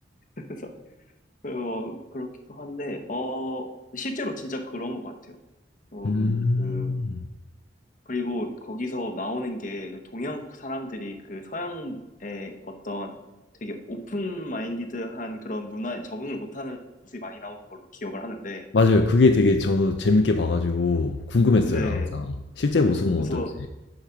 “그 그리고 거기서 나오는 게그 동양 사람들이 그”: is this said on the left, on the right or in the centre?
Left